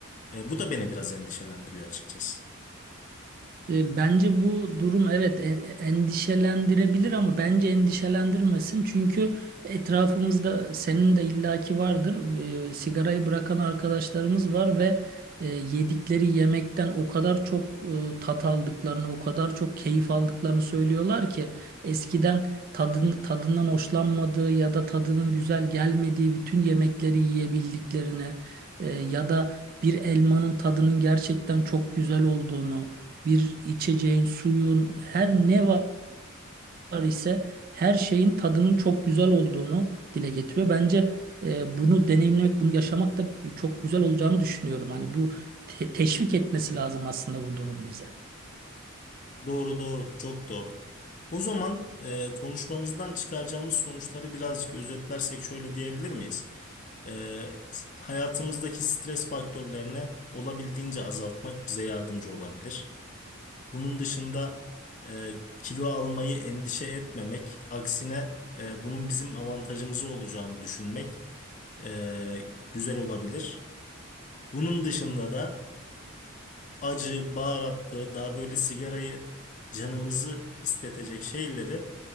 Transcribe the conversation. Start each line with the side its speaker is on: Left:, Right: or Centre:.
Left: E, bu da beni biraz endişelendiriyor açıkçası.
Right: E, Bence bu durum evet en- endişelendirebilir ama bence endişelendirmesin. Çünkü etrafımızda senin de illaki vardır. E, sigarayı bırakan arkadaşlarımız var ve e, yedikleri yemekten o kadar çok e, tat aldıklarını, o kadar çok keyif aldıklarını söylüyorlar ki eskiden tadını, tadından hoşlanmadığı ya da tadının güzel gelmediği bütün yemekleri yiyebildiklerini e, ya da bir elmanın tadının gerçekten çok güzel olduğunu bir içeceğin, suyun, her ne var ise her şeyin tadının çok güzel olduğunu dile getiriyor. Bence e, bunu deneyimlemek, bunu yaşamak da çok güzel olacağını düşünüyorum. Hani bu te- teşvik etmesi lazım aslında bu durum bize.
Left: Doğru doğru çok doğru. O zaman e, konuşmamızdan çıkaracağımız sonuçları birazcık özetlersek şöyle diyebilir miyiz? E, hayatımızdaki stres faktörlerini olabildiğince azaltmak bize yardımcı olabilir. Bunun dışında e, kilo almayı endişe etmemek, aksine e, bunun bizim avantajımıza olacağını düşünmek e, güzel olabilir. Bunun dışında da e, acı, baharatlı, daha böyle sigarayı canımızı istetecek şeyleri